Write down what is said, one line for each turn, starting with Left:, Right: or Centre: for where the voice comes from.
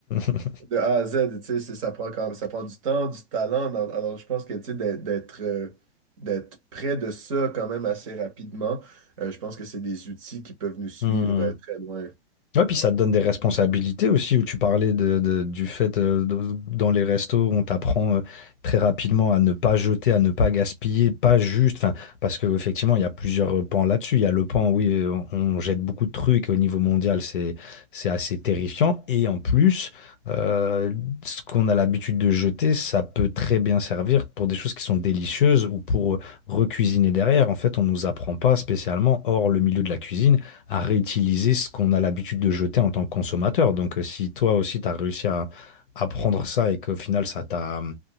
Left: <laughs>
Right: de A à Z, tu sais, c'est- ça prend quand ça prend du temps, du talent. Dans- alors, je pense que, tu sais, d'être d'être euh, d'être près de ça quand même assez rapidement, euh, je pense que c'est des outils qui peuvent nous suivre
Left: Hum.
Right: euh, très loin.
Left: Ouais, puis ça te donne des responsabilités aussi, où tu parlais de, de- du fait, euh, de- dans les restos, on t'apprend euh, très rapidement à ne pas jeter, à ne pas gaspiller, pas juste, enfin, parce qu'effectivement, il y a plusieurs euh, pans là-dessus. Il y a le pan, oui, euh, on, on jette beaucoup de trucs au niveau mondial, c'est, c'est assez terrifiant. Et en plus, euh, ce qu'on a l'habitude de jeter, ça peut très bien servir pour des choses qui sont délicieuses ou pour euh, recuisiner derrière. En fait, on nous apprend pas spécialement, hors le milieu de la cuisine à réutiliser ce qu'on a l'habitude de jeter en tant que consommateur. Donc, euh, si toi aussi, tu as réussi à apprendre ça et qu'au final, ça t'a euh,